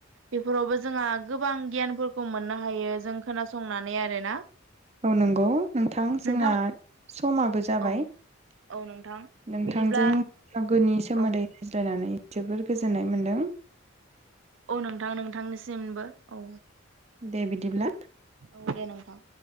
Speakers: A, on the right; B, on the right.
A: बेफोरावबो जोंहा गोबां गियानफोरखौ मोननो हायो जों खोनासंनानै आरोना।
B: औ नोंगौ नोंथां जोंना
A: नोंथां
B: समाबो जाबाय।
A: औ औ नोंथां
B: नोंथांजों
A: बिदिब्ला
B: <unintelligible> गोनि सोमोन्दै
A: औ
B: रायज्लायनानै जोबोर गोजोननाय मोनदों।
A: औ नोंथां नोंथांनिसिमबो औ।
B: दे बिदिब्ला
A: औ दे नोंथां।